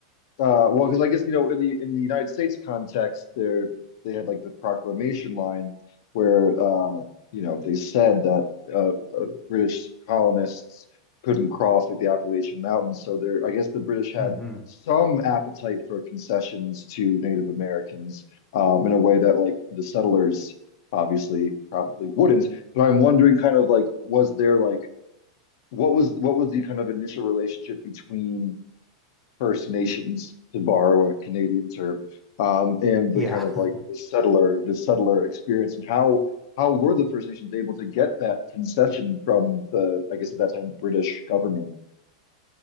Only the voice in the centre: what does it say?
<laughs> hmm
Yeah.
<laughs>